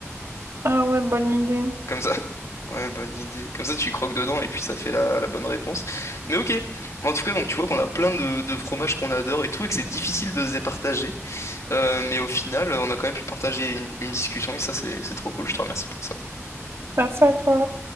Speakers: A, on the right; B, on the left.
A: Ah ouais, bonne idée.
B: Comme ça. <laughs> Ouais, bonne idée. Comme ça tu croques dedans et puis ça fait la, la bonne réponse. Mais ok. Mais en tout cas, donc tu vois qu'on a plein de, de fromages qu'on adore et tout, et que c'est difficile de se départager. Euh, mais au final, on a quand même pu partager une, une discussion et ça c'est c'est trop cool, je te remercie pour ça.
A: Merci à toi.